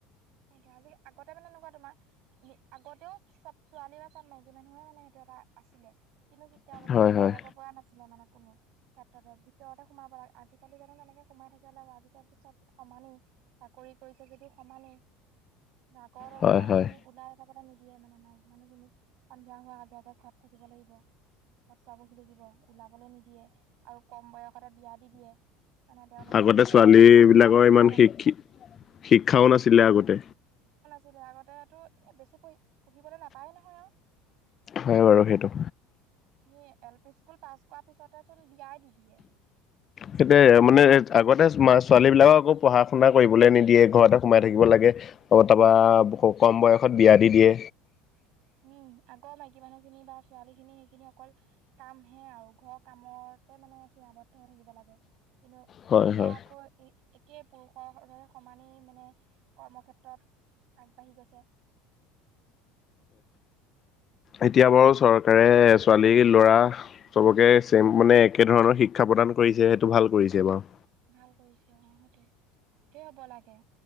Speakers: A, on the right; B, on the left.
A: সেইটো আজি আগতে মানে এনেকুৱা তোমাৰ আগতেও চব ছোৱালী বা চব মাইকী মানুহে মানে সেইটো এটা আছিলে কিন্তু তেওঁলোকে
B: হয়
A: ওলাই
B: হয়
A: যাব পৰা নাছিলে মানে কোনো। ক্ষেত্ৰতে ভিতৰতে সোমাব লাগে আজিকালি জানো তেনেকে সোমাই থাকিব লাগিব আজিকালিটো চব সমানেই চাকৰি কৰিছে যদিও সমানেই নাগৰহে
B: হয়
A: সেইখিনি
B: হয়।
A: ওলাই <inaudible> নিদিয়ে মানে মকী মানুহখিনিক, সন্ধিয়া হোৱাৰ আগে আগে ঘৰত থাকিব লাগিব। <unintelligible> পাবহি থাকিব ওলাবলৈ নিদিয়ে আৰু কম বয়স তে, বিয়া দি দিয়ে মানে তেওঁলোকে
B: আগতে
A: নিজৰ
B: ছোৱালী
A: কথা ভাবিবলে
B: বিলাকৰ
A: নহয়
B: ইমান
A: মানে।
B: শিক্ষি শিক্ষাও নাছিলে আগতে।
A: ছিলে আগতে তটো বেছি পঢ়ি পঢ়িবলৈ নাপায় নহয় আৰু।
B: হয় বাৰু সেইটো।
A: সেই এল পি স্কুল পাছ কৰ পিছতে চোন বিয়াই দি দিয়ে।
B: সেইয়া মানে আগতে ছোৱালী বিলাকক আকৌ পঢ়া শুনা কৰিবলৈ নিদিয়ে ঘৰতে সোমাই থাকিব লাগে তাৰপা কম বয়সত বিয়া দি দিয়ে।
A: উম আগৰ মাইকী মানুহ খিনি বা ছোৱালী খিনি সেইখিনি অকল কামহে আৰু ঘৰৰ কামৰ মানে সীমাবদ্ধ হৈ থাকিব লাগে কিন্তু
B: হয়
A: এতিয়া
B: হয়
A: আকৌ একেই পুৰুষৰ দৰে সমানেই মানে কৰ্মক্ষেত্ৰত আগবাঢ়ি গৈছে। <inaudible>
B: এতিয়া বাৰু চৰকাৰে ছোৱালী ল'ৰা চবকে চম মানে একে ধৰণৰ শিক্ষা প্ৰদান কৰিছে সেইটো ভাল কৰিছে বাৰু।
A: ভাল কৰিছে অ সেইটোয়ে সেইটোয়ে হ'ব লাগে।